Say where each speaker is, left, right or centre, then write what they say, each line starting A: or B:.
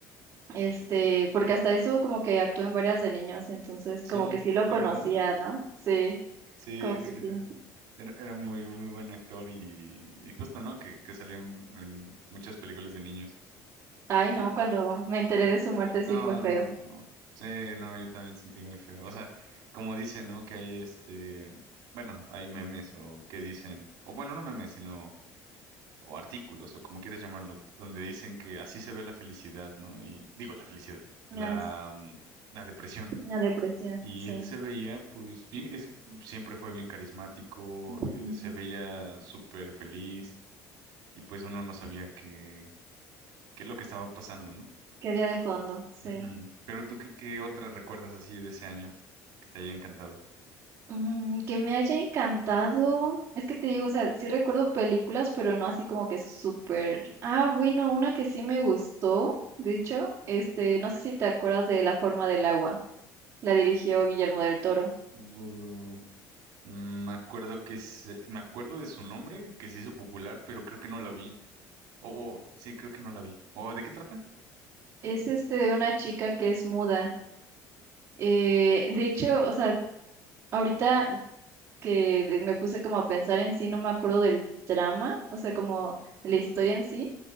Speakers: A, on the right; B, on the right.
A: este, porque hasta eso como que actuó en varias de niños, entonces
B: Sí,
A: como que sí lo conocía,
B: sí, ¿verdad?
A: ¿no? Sí,
B: Sí,
A: como que
B: sí,
A: sí.
B: era, era, era muy, muy buen actor y, y justo, ¿no? Que, que salía en, en muchas películas de niños.
A: Ay,
B: Tú-
A: no, cuando me enteré
B: Ajá.
A: de su muerte sí
B: No,
A: fue feo.
B: no, no. Sí, no, yo también sentí muy feo. O sea, como dicen, ¿no? Que hay este, bueno, hay memes o que dicen, o bueno, no memes, sino, o artículos, o como quieras llamarlo, donde dicen que así se ve la felicidad, ¿no? Y digo, la felicidad,
A: Una,
B: la, mm, la depresión.
A: una depresión,
B: Y
A: sí.
B: él se veía, pues, bien, es, siempre fue bien carismático,
A: Ujú.
B: eh, se veía súper feliz y pues uno no sabía qué, qué es lo que estaba pasando, ¿no?
A: Que había de fondo, sí.
B: Ujú. Pero tú, ¿qué, qué otra recuerdas así de ese año que te haya encantado?
A: Mm, que me haya encantado. Es que te digo, o sea, sí recuerdo películas, pero no así como que súper. Ah, bueno, una que sí me gustó, de hecho, este, no sé si te acuerdas de La forma del agua. La dirigió Guillermo del Toro.
B: Bu- Mm, Me acuerdo que se- me acuerdo de su nombre, que se hizo popular, pero creo que no la vi. Oh, oh, sí, creo que no la vi. Oh, ¿de qué trata?
A: Es este de una chica que es muda. Eh, de hecho, o sea, ahorita que le- me puse como a pensar en sí, no me acuerdo del drama, o sea, como de la historia en sí,